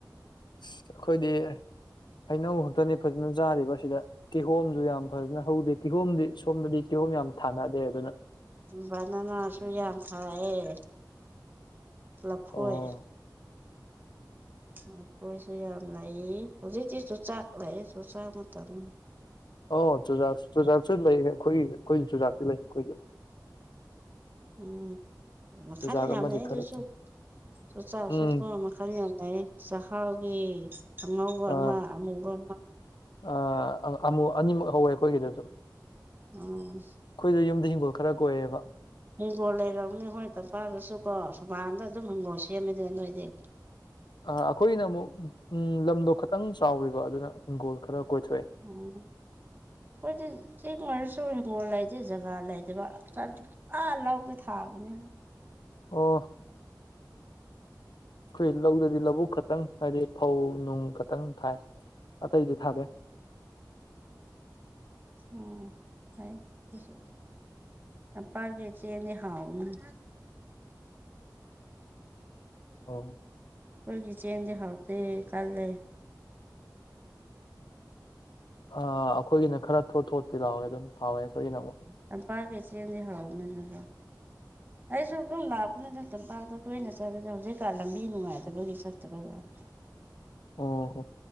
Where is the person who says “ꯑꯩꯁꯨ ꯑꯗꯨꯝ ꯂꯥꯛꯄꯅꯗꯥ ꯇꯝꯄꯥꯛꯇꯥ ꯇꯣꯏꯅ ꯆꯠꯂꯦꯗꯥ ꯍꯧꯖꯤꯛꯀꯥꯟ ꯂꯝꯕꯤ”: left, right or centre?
Right